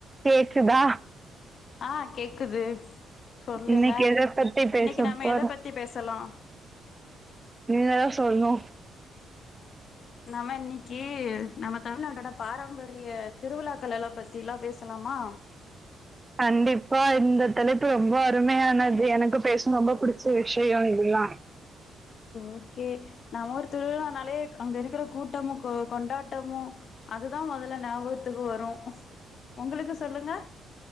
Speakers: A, on the right (about 20°); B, on the left (about 60°).
A: Cake குதா
B: ஆ கேக் குது சொல்லுங்க
A: இன்னைக்கு எத பத்தி பேச
B: இன்னிக்கி நம்ம
A: போறோம்
B: எத பத்தி பேசலா
A: நீங்க தா சொல்ணோ
B: நம்ம இன்னிக்கி நம்ம தமிழ்நாட்டோட பாரம்பரிய திருவிழாக்கள் எல்லா பத்திலா பேசலாம
A: கண்டிப்பா இந்த தலைப்பு ரொம்ப அருமையானது எனக்கு பேச ரொம்ப புடிச்ச விஷயோ இதல்லா
B: ஓகே நம்மூரு திருவிழானாலே க் அங்க இருக்குற கூட்டமு கொ கொண்டாட்டமு அதுதா மொதல்ல ஞாபகத்துக்கு வரு ஒங்களுக்கு சொல்லுங்க